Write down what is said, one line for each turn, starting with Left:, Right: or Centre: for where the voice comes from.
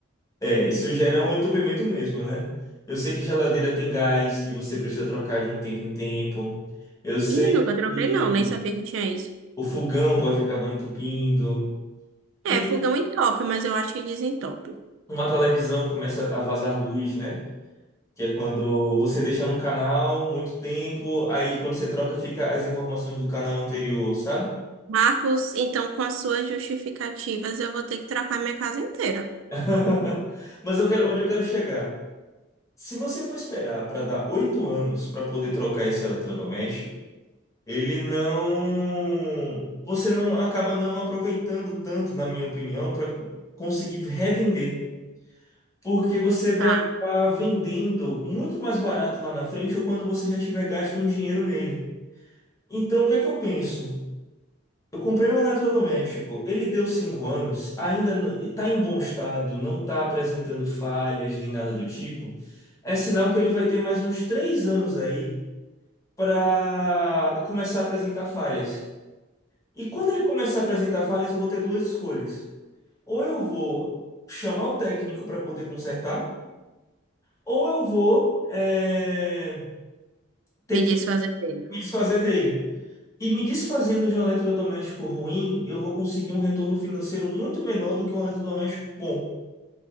Left: É, isso gera um entupimento mesmo, né? Eu sei que geladeira tem gás, que você precisa trocar de um tempo em tempo. Eu sei
Right: Ih, nunca troquei,
Left: que
Right: não, nem sabia que tinha isso.
Left: o fogão pode acabar entupindo. E
Right: É, fogão entope, mas eu acho que desentope.
Left: uma televisão começa a vazar luz, né? Que é quando você deixa num canal muito tempo, aí quando você troca fica as informações do canal anterior, sabe?
Right: Marcos, então com as suas justificativas, eu vou ter que trocar minha casa inteira.
Left: <laughs> Mas eu quero, onde eu quero chegar? Se você for esperar para dar oito anos para poder trocar esse eletrodoméstico, ele não. Você não acaba não aproveitando tanto, na minha opinião, para conseguir revender. Porque você vai
Right: Tá,
Left: acabar vendendo muito mais barato lá na frente ou quando você já tiver gasto um dinheiro nele. Então, o que é que eu penso? Eu comprei um eletrodoméstico, ele deu cinco anos, ainda está em bom estado, não está apresentando falhas nem nada do tipo. É sinal que ele vai ter mais uns três anos aí para começar a apresentar falhas. E quando ele começar a apresentar falhas, eu vou ter duas escolhas. Ou eu vou chamar o técnico para poder consertar, ou eu vou eh, ter
Right: me
Left: que
Right: diz fazer telha.
Left: me desfazer dele. E me desfazendo de um eletrodoméstico ruim, eu vou conseguir um retorno financeiro muito menor do que um eletrodoméstico bom.